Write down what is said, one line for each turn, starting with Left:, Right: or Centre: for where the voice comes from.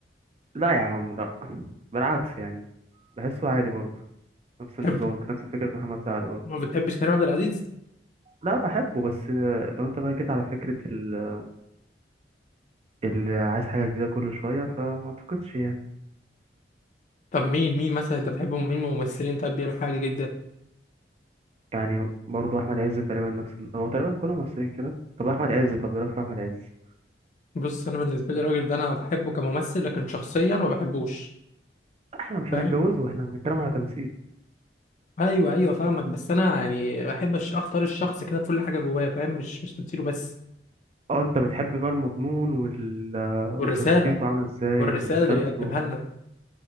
Right: لا يا عم لا بالعكس يعني بحسه عادي برضه نفس النظام
Left: بحبه
Right: نفس فكره محمد سعد برضه
Left: ما بتحبش كريم عبد العزيز
Right: لا بحبه بس لو انت بقى جيت على فكره ال- اللي عايز حاجه جديده كل شويه فما اعتقدش يعني
Left: طب مين مين مثلا انت بتحبه مين من الممثلين طب بيعمل حاجة جديدة
Right: يعني برضه احمد عز تقريبا نفس ال... هو تقريبا كل الممثلين كده طب احمد عز طب ايه رايك في احمد عز
Left: بص انا بالنسبة لي الراجل ده انا بحبه كممثل لكن شخصيا ما بحبوش
Right: احنا مش
Left: فاهم
Right: هنتجوزه احنا بنتكلم على تمثيل
Left: ايوه ايوه فاهمك بس انا يعني بحب الش- اختار الشخص كده بكل حاجه جواه فاهم مش مش تمثيله بس
Right: اه انت بتحب بقى المضمون وال...
Left: والرساله
Right: وشخصيته عامله ازاي
Left: والرساله
Right: ورسالته
Left: اللي بيقدمها لنا